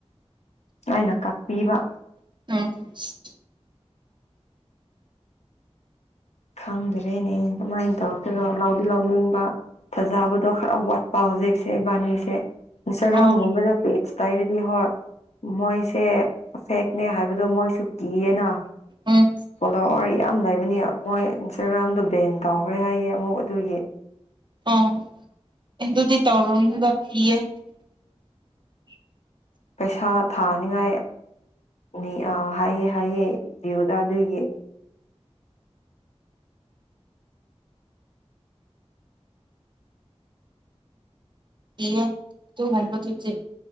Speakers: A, on the left (about 85°); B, on the right (about 45°).
A: ꯑꯩꯅ ꯀꯛꯄꯤꯕ
B: <unintelligible>
A: ꯈꯪꯗ꯭ꯔꯦꯅꯦ ꯀꯃꯥꯏꯟ ꯇꯧꯔꯛꯇꯣꯏꯔꯣ ꯂꯧꯗꯤ ꯂꯧꯅꯤꯡꯕ ꯊꯥꯖꯕꯗꯣ ꯈꯔ ꯋꯥꯠꯄ ꯍꯧꯖꯤꯛꯁꯦ ꯏꯕꯥꯅꯤꯁꯦ ꯏꯟꯁꯇꯥꯒ꯭ꯔꯥꯝꯒꯨꯝꯕꯗ
B: ꯑꯣ
A: ꯄꯦꯖ ꯇꯥꯏꯔꯗꯤ ꯍꯣꯏ ꯃꯣꯏꯁꯦ ꯐꯦꯛꯅꯦ ꯍꯥꯏꯕꯗꯣ ꯃꯣꯏꯁꯨ ꯀꯤꯌꯦꯅ
B: ꯎꯝ
A: ꯐꯣꯂꯣꯋꯔ ꯌꯥꯝ ꯂꯩꯕꯅꯤ ꯃꯣꯏ ꯏꯟꯁꯇꯥꯒ꯭ꯔꯥꯝꯗꯣ ꯕꯦꯟ ꯇꯧꯈ꯭ꯔꯦ ꯍꯥꯏꯌꯦ ꯑꯃꯨꯛ ꯑꯗꯨꯒꯤ
B: ꯑꯣ ꯑꯗꯨꯗꯤ ꯇꯧꯔꯨꯅꯨꯗ ꯀꯤꯌꯦ <inaudible>
A: ꯄꯩꯁꯥ ꯊꯥꯅꯤꯉꯥꯏ ꯅꯤ ꯑ ꯍꯥꯏꯌꯦ ꯍꯥꯏꯌꯦ <unintelligible> ꯑꯗꯨꯒꯤ
B: ꯀꯤꯌꯦ ꯑꯗꯨꯒꯨꯝꯕꯗꯨꯗꯤ